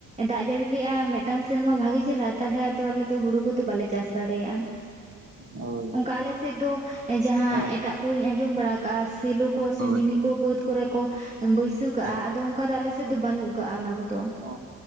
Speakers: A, on the right (about 20°); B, on the right (about 45°).
A: ᱫᱟᱜ ᱡᱟᱹᱲᱤ ᱞᱮᱼᱟ ᱢᱤᱫᱴᱟᱝ ᱥᱮᱨᱢᱟ ᱵᱷᱟᱜᱮ ᱪᱮᱦᱨᱟ ᱛᱟᱦᱞᱮ ᱟᱫᱚ ᱟᱞᱮ ᱫᱚ ᱦᱩᱲᱩ ᱠᱚᱫᱚ ᱵᱟᱞᱮ ᱪᱟᱥ ᱫᱟᱲᱮᱭᱟᱜᱼᱟ
B: ᱦᱳᱭ
A: ᱚᱱᱠᱟ ᱟᱞᱮ ᱥᱮᱫ ᱫᱚ ᱡᱟᱦᱟᱸ
B: ᱦᱮᱸ
A: ᱮᱴᱟᱜ ᱠᱚᱨᱮᱧ ᱟᱸᱡᱚᱢ ᱵᱟᱲᱟ ᱠᱟᱫᱟ ᱟᱨ ᱥᱮᱞᱩ ᱠᱚ ᱥᱮ
B: ᱦᱳᱭ
A: ᱢᱤᱱᱤ ᱠᱚ ᱵᱟᱹᱫᱽ ᱠᱚᱨᱮ ᱠᱚ ᱵᱟᱹᱭᱥᱟᱹ ᱫᱤᱥᱟᱹᱣ ᱠᱟᱜᱼᱟ
B: ᱦᱮᱸ
A: ᱟᱫᱚ ᱚᱱᱠᱟ ᱫᱚ ᱟᱞᱮ ᱥᱮᱫ
B: ᱦᱳᱭ
A: ᱫᱚ ᱵᱟᱹᱱᱩᱜ ᱟᱠᱟᱜ-ᱟ ᱚᱱᱟ ᱠᱚᱫᱚ
B: ᱚ